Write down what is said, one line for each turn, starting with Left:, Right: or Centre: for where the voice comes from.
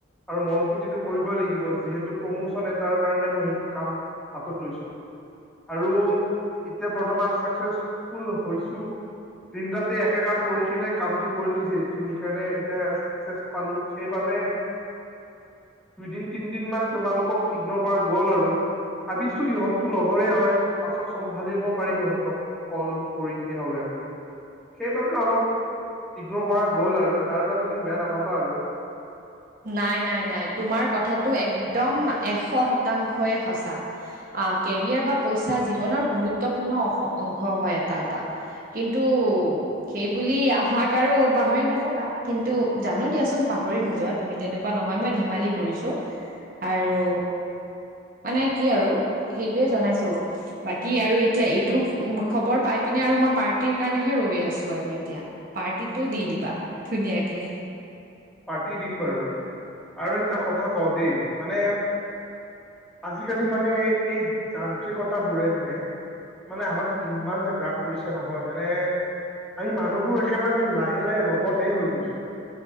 Centre: আৰু মন পুতিটো কৰিবই লাগিব, যিহেতু প্ৰমোচন এটাৰ কাৰণে মই সেইটো কাম হাতত লৈছো। আৰু এতিয়া বৰ্তমান ছাকচ্ছেফুল হৈছো। দিন ৰাতি একেকাৰ কৰি কিনে কামটো কৰিলো যিহেতু, সেই কাৰণে এতিয়া চাকচেচ পালো। সেইবাবে দুইদিন তিনদিন মান তোমালোকক ইগনৰ কৰা গ'ল আৰু। ভাবিছো ইহঁতো লগৰে হয়, পাছত চম্ভালিব পাৰিম ইহঁতক। কল কৰি কিনে হ'লেও, সেইবাবে অলপ ইগনোৰ কৰা গ'ল আৰু। তাৰ বাবে মোক বেয়া নাপাবা আৰু।
Right: নাই নাই নাই, তোমাৰ কথাটো একদম এশ শতাংশই সঁচা। আহ কেৰিয়াৰ বা পইচা জীৱনৰ গুৰুত্বপূৰ্ণ অশ অংশ হয় এটা এটা। কিন্তু সেইবুলি আমাক আৰু পাহৰি নাযাবা, কিন্তু জানো দিয়াচোন, পাহৰি নোযোৱা। তুমি তেনেকুৱা নহয়, মই ধেমালি কৰিছোঁ, আৰু মানে কি আৰু সেইটোয়ে জনাইছো। বাকী আৰু এতিয়া এইটো খবৰ পাই পিনে আৰু মই পাৰ্টিৰ কাৰণেহে ৰৈ আছোঁ আৰু এতিয়া। পাৰ্টিটো দি দিবা ধুনীয়াকে।
Centre: পাৰ্টি দিম বাৰু আৰু একটা কথা কওঁ দেই মানে। আজিকালি মানে এই যান্ত্ৰিকতাবোৰে মানে। মানে আমাক ইমান যে গ্ৰাস কৰিছে নহয় মানে। আমি মানুহবোৰ একেবাৰে যেন লাহে লাহে ৰবট হৈ গৈছোঁ।